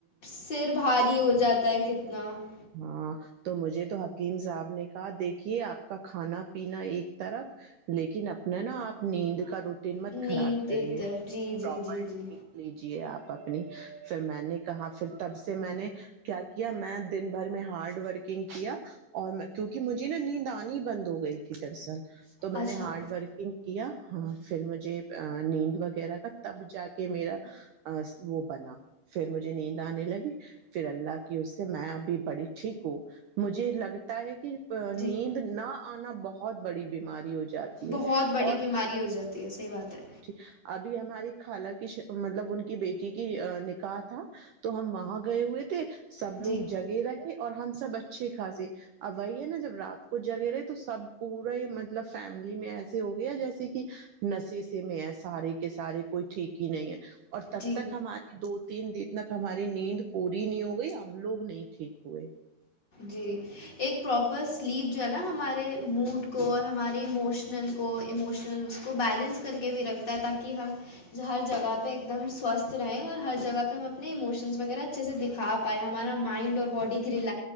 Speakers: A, on the left (about 30°); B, on the right (about 75°).
A: سر بھاری ہو جاتا ہے ک نہ <unintelligible>
B: ہاں تو مجھے تو حکیم صاحب نے کہا دیکھیے آپ کا کھانا پینا ایک طرف لیکن اپنا نا آپ نیند کا ر قمت
A: نیند
B: خراب کریے
A: ایک طرف جی جی
B: پراپر
A: جی جی
B: لیجیے آپ اپنی پھر میں نے کہا پھر تب سے میں نے کیا کیا میں دن بھر میں ہارڈ ورکنگ کیا اور کیونکہ مجھے نا نیند آنی بند ہو گئی تھی دراصل تو میں
A: اچھا
B: نے ہارڈ ورکنگ کیا ہاں پھر مجھے نیند وغیرہ کا تب جا کے میرا وہ بنا پھر مجھے نیند آنے لگی پھر اللہ کی اس سے میں اب بڑی ٹھیک ہو مجھے لگتا ہے کہ <unintelligible> ا
A: جی
B: نیند نہ <unintelligible> آنا بہت بڑی بیماری ہو ج <unintelligible> جاتی
A: بہت
B: ہے
A: بڑی
B: اور
A: بیماری ہو جاتی ہے صحیح بات ہے
B: ٹھیک ابھی ہماری <unintelligible> خال کی مطلب ان کی بیٹی کی نکاح تھا تو ہم وہاں گئے ہوئے تھے <unintelligible> سب
A: جی
B: لوگ <unintelligible> اور ہم سب اچھے خاصے اب وہی ہے نا جب رات کو جگے رہے تو سب پورے مطلب فیملی میں ایسے ہو گیا جیسے کہ نشے سے میں ہے سارے کے سارے کوئی ٹھیک ہی نہیں ہے <unintelligible> اور تب
A: جی
B: تک ہماری دو <unintelligible> تین دن تک ہماری نیند پوری نہیں ہو گئی ہم لوگ نہیں <unintelligible> ٹھیک ہوئے <unintelligible>
A: جی ایک پراپر سلیپ جو ہے نا ہمارے موڈ کو اور ہمارے اموشنل کو ایموشنل اس کو بیلنس کر کے بھی رکھتا ہے تاکہ ہم ہر جگہ پہ ایک دم سوستھ رہیں اور ہر جگہ پہ ہم اپنے اموشنس وغیرہ اچھے سے دکھا پائیں ہمارا مائنڈ اور باڈی سر